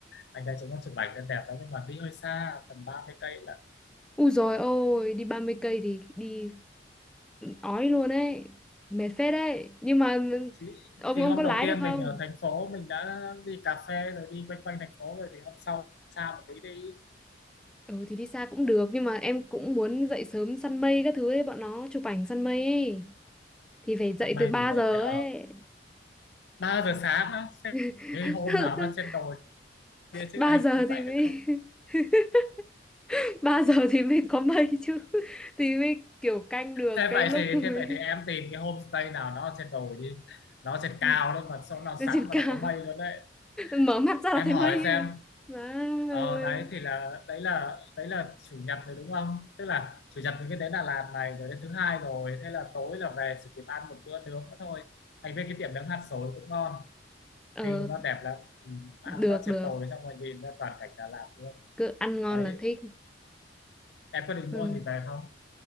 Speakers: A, on the left (about 65°); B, in the centre.
A: anh đây chúng nó chụp ảnh lên đẹp lắm nhưng mà đi hơi xa tầm 30 cây là
B: Ui rồi ôi, đi 30 cây thì đi ói luôn ấy mệt phết đấy nhưng mà
A: thì,
B: ông
A: thì
B: ông
A: hôm
B: có lái
A: đầu tiên
B: được không
A: mình ở thành phố mình đã đi cà phê rồi đi quanh quanh thành phố rồi thì hôm sau xa một tí đi
B: ừ thì đi xa cũng được nhưng mà em cũng muốn dậy sớm săn mây các thứ ấy bọn nó chụp ảnh săn mây ấy thì phải dậy
A: tầm này
B: từ ba
A: thì lại
B: giờ
A: phải ở
B: ấy
A: 3 giờ sáng á Thế
B: <laughs>
A: cái hôm nào mà trên đồi kia chứ
B: 3
A: anh
B: giờ
A: không dậy
B: thì mới
A: được đâu
B: <laughs> ba giờ thì mới có mây chứ thì mới kiểu canh được
A: thế
B: cái
A: vậy
B: lúc
A: thì
B: mới
A: thế vậy thì em tìm cái homestay nào nó ở trên đồi đi nó ở trên
B: <laughs>
A: cao đấy mà sao nó
B: lên
A: sẵn
B: trên
A: mà
B: cao
A: nó có mây luôn đấy
B: mở mắt ra
A: em
B: là thấy
A: hỏi
B: mây
A: xem
B: à má ơi
A: Ờ, đấy thì là đấy là đấy là chủ nhật rồi đúng không? Tức là chủ nhật mình cứ đến Đà Lạt này rồi đến thứ hai rồi, thế là tối là về chỉ kịp ăn một bữa nướng nữa thôi. Anh viên cái tiệm nướng hạt sồi cũng ngon,
B: ờ
A: view nó đẹp lắm, ừ, ăn
B: được
A: nó trên
B: được
A: đồi xong rồi nhìn ra toàn cảnh Đà Lạt luôn.
B: cứ ăn ngon
A: Đấy,
B: là thích
A: em có định
B: ừ.
A: mua gì về không?